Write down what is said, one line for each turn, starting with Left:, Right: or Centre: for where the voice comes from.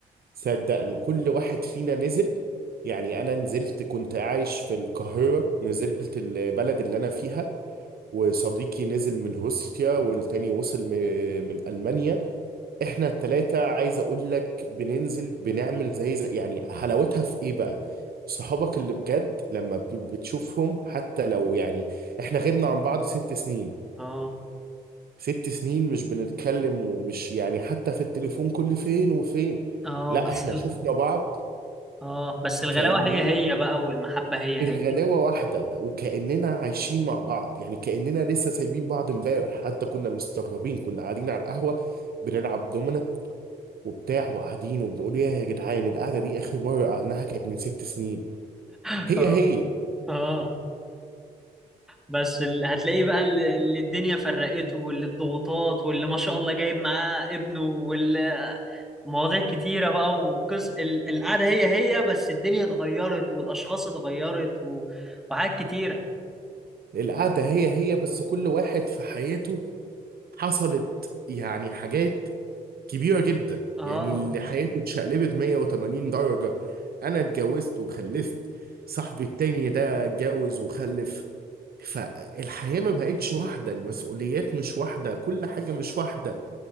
Right: صدقني كل واحد فينا نزل يعني أنا نزلت كنت عايش في القاهرة نزلت البلد اللي أنا فيها وصديقي نزل من روسيا والتاني وصل م- من ألمانيا احنا التلاتة عايز اقول لك بننزل بنعمل زي, زي يعني حلاوتها في ايه بقى صحابك اللي بجد لما بت- بتشوفهم حتى لو يعني احنا غبنا عن بعض ست سنين
Centre: اه
Right: ست سنين مش بنتكلم ومش يعني حتى في التليفون كل فين وفين
Centre: اه
Right: لا
Centre: بس
Right: احنا
Centre: ال-
Right: شفنا بعض
Centre: اه بس الغلاوة
Right: كأننا
Centre: هي هي بقى والمحبة هي
Right: الغلاوة
Centre: هي
Right: واحدة وكأننا عايشين مع بعض يعني كأننا لسه سايبين بعض امبارح حتى كنا مستغربين كنا قاعدين على القهوة بنلعب دومنا وبتاع وقاعدين وبنقول يا يا جدعان القعدة دي آخر مرة قعدناها كانت من ست سنين
Centre: <laughs>
Right: هي هي
Centre: اه بس ال... هتلاقيه بقى اللي اللي الدنيا فرقته واللي الضغوطات واللي ما شاء الله جايب معاه ابنه واللي مواضيع كتيرة بقى وقص ال... القعدة هي هي بس الدنيا اتغيرت والأشخاص اتغيرت و... وحاجات كتيرة
Right: القعدة هي هي بس كل واحد في حياته حصلت يعني حاجات كبيرة جدا
Centre: اه
Right: يعني اللي حياته اتشقلبت 180 درجة أنا اتجوزت وخلفت صاحبي التاني ده اتجوز وخلف فالحياة ما بقتش واحدة المسؤوليات مش واحدة كل حاجة مش واحدة